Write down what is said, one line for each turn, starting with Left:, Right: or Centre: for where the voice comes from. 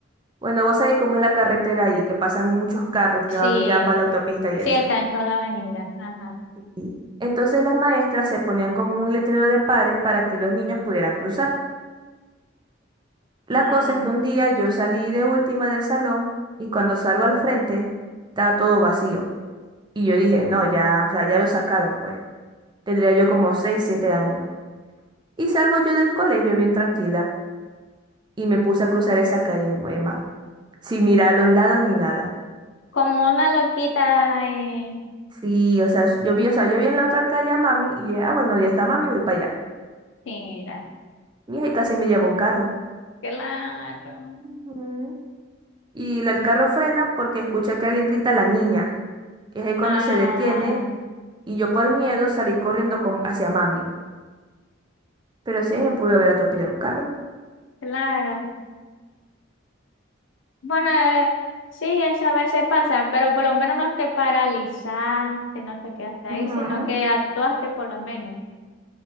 Right: bueno, vos sabés cómo es la carretera ahí, que pasan muchos carros
Left: Sí,
Right: que van ya para la autopista y
Left: sí,
Right: eso.
Left: está en toda la avenida. Ajá.
Right: Y entonces las maestras se ponían como un letrero de pare para que los niños pudieran cruzar. La
Left: Mm,
Right: cosa es que un día yo salí de última del salón y cuando salgo al frente estaba todo vacío. Y yo dije, no, ya, o sea, ya lo sacaron pues. Tendría yo como 6 7 años. Y salgo yo del colegio bien tranquila. y me puse a cruzar esa calle, Emma, sin mirar a los lados ni nada.
Left: como una loquita. eh,
Right: Sí, o sea, yo vi, o sea, yo vi en la otra calle a mami y dije, ah, bueno, ya está mami, voy para allá.
Left: Mira,
Right: Mija, y casi me llevó un carro.
Left: claro.
Right: Ujú. Y el carro frena porque escucha que alguien grita a la niña. Y es ahí cuando
Left: Ah,
Right: se detiene y yo por miedo salí corriendo con- hacia mami. Pero sí me pudo haber atropellado un carro.
Left: claro. Bueno, eh, sí, eso a veces pasa, pero por lo menos no te paralizaste, no te quedaste ahí,
Right: Ujú.
Left: sino que actuaste por lo menos.